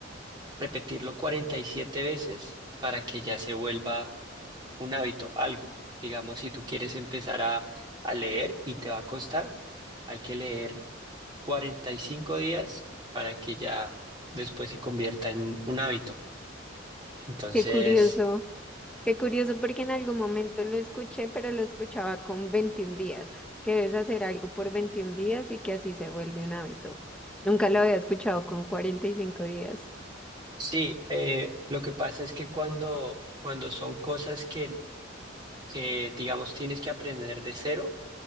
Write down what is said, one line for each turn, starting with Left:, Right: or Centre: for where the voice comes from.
Right: repetirlo 47 veces para que ya se vuelva un hábito, algo. Digamos, si tú quieres empezar a, a leer y te va a costar, hay que leer 45 días para que ya después se convierta en un hábito. Entonces,
Centre: Qué curioso, qué curioso porque en algún momento lo escuché, pero lo escuchaba con 21 días, que debes hacer algo por 21 días y que así se vuelve un hábito. Nunca lo había escuchado con 45 días.
Right: sí, eh, lo que pasa es que cuando, cuando son cosas que, que, digamos, tienes que aprender de cero,